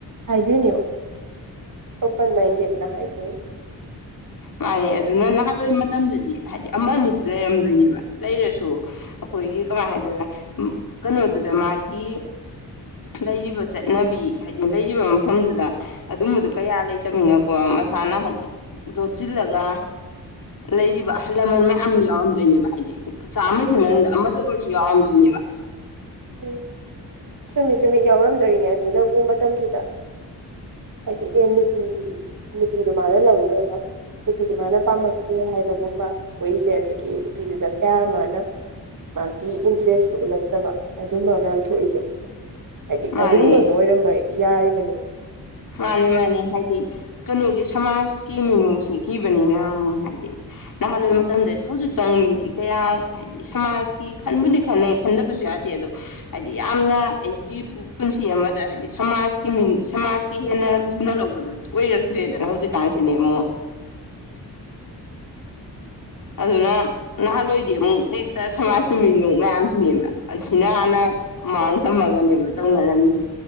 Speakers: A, on the right; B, on the left.
A: ꯍꯥꯏꯗꯣꯏꯅꯤ ꯑꯣꯄꯟ ꯃꯥꯏꯗꯦꯇ꯫ ꯅ ꯍꯥꯏꯗꯣꯏꯅꯦ
B: ꯃꯥꯅꯦ ꯑꯗꯨꯅ ꯅꯍꯥꯟꯋꯥꯏ ꯃꯇꯝꯗꯗꯤ ꯍꯥꯏꯗꯤ ꯑꯃ ꯑꯅꯤꯗꯤ ꯂꯩꯔꯝꯗꯣꯏꯅꯦꯕ ꯂꯩꯔꯁꯨ ꯑꯩꯈꯣꯏꯒꯤ ꯀꯃꯥꯏꯅ ꯍꯥꯏꯗꯣꯏꯔꯦ ꯀꯩꯅꯣꯗꯨꯗ ꯃꯥꯒꯤ ꯂꯩꯔꯤꯕ ꯆꯠꯅꯕꯤ ꯍꯥꯏꯗꯤ ꯂꯩꯔꯤꯕ ꯃꯐꯝꯗꯨꯗ ꯑꯗꯨꯝꯕꯗꯣ ꯀꯌꯥ ꯂꯩꯇꯅꯤꯅꯀꯣ ꯃꯁꯥꯅ ꯍꯥꯏꯗꯤ ꯫ ꯂꯣꯠꯁꯤꯜꯂꯒ ꯂꯩꯔꯤꯕ ꯑꯍꯜ ꯂꯃꯟ ꯃꯌꯥꯝ ꯌꯥꯎꯔꯝꯗꯣꯏꯅꯦꯕ ꯍꯥꯏꯗꯤ ꯆꯥꯃꯁꯤ ꯃꯅꯨꯡꯗ ꯑꯃꯗ ꯑꯣꯏꯔꯁꯨ ꯌꯥꯎꯔꯝꯗꯣꯏꯅꯦꯕ꯫
A: ꯎꯝ ꯆꯨꯝꯃꯤ ꯆꯨꯝꯃꯤ ꯌꯥꯎꯔꯝꯗꯣꯏꯅꯦ ꯑꯗꯨꯅꯕꯨ ꯃꯇꯝꯗꯨꯗ꯫ ꯍꯥꯏꯗꯤ ꯑꯦ ꯅꯨꯄꯤ ꯅꯨꯄꯤꯗꯨ ꯃꯥꯅ ꯂꯧꯔꯨꯔꯒ ꯅꯨꯄꯤꯗꯨ ꯃꯥꯅ ꯄꯥꯝꯂꯀꯦ ꯍꯥꯏꯕꯒꯨꯝꯕ ꯊꯣꯛꯏꯁꯦ ꯑꯗꯒꯤ ꯅꯨꯄꯤꯗꯨꯗ ꯀꯌꯥ ꯃꯥꯅ ꯃꯥꯒꯤ ꯏꯟꯇꯔꯦꯁꯇꯣ ꯎꯠꯂꯛꯇꯕ ꯑꯗꯨꯝꯕ ꯃꯌꯥꯝ ꯊꯣꯛꯏꯁꯦ꯫ ꯍꯥꯏꯗꯤ
B: ꯃꯥꯅꯦ
A: ꯑꯗꯨꯒꯨꯝꯕꯁꯨ ꯑꯣꯏꯔꯝꯕ ꯌꯥꯔꯤꯕꯅꯦ
B: ꯃꯥꯅꯤ ꯃꯥꯅꯤ ꯍꯥꯏꯗꯤ ꯀꯩꯅꯣꯒꯤ ꯁꯃꯥꯖꯀꯤ ꯃꯤꯅꯨꯡꯁꯤ ꯀꯤꯕꯅꯤꯅ ꯑꯃꯨꯛ ꯍꯥꯏꯗꯤ ꯅꯍꯥꯟꯋꯥꯏ ꯃꯇꯝꯗꯗꯤ ꯍꯧꯖꯤꯛ ꯇꯧ ꯃꯤꯁꯤ ꯀꯌꯥ ꯍꯥꯏꯗꯤ ꯁꯃꯥꯖꯀꯤ ꯈꯟꯕꯨꯗꯤ ꯈꯟꯅꯩ ꯈꯟꯗꯕꯁꯨ ꯌꯥꯗꯦ ꯑꯗꯣ ꯍꯥꯏꯗꯤ ꯌꯥꯝꯅ ꯑꯩꯒꯤ ꯄꯨꯟꯁꯤ ꯑꯃꯗ ꯍꯥꯏꯗꯤ ꯁꯃꯥꯖꯀꯤ ꯁꯃꯥꯖ ꯀꯥ ꯍꯦꯟꯅ ꯂꯨꯅ ꯂꯧꯕꯗꯨ ꯑꯣꯏꯔꯛꯇ꯭ꯔꯦꯗꯅ ꯍꯧꯖꯤꯛꯀꯥꯟꯁꯤꯅꯦ ꯑꯃꯨꯛ ꯑꯗꯨꯅ ꯅꯍꯥꯟꯋꯥꯏꯗꯤ ꯑꯃꯨꯛ ꯍꯦꯛꯇ ꯁꯃꯥꯖ ꯃꯤꯅꯣꯛ ꯃꯌꯥꯝꯁꯤꯅꯦꯕ ꯑꯁꯤꯅ ꯍꯥꯟꯅ ꯃꯃꯥꯡ ꯊꯝꯃꯒꯅꯦꯕ ꯇꯧꯅꯔꯝꯃꯤꯁꯦ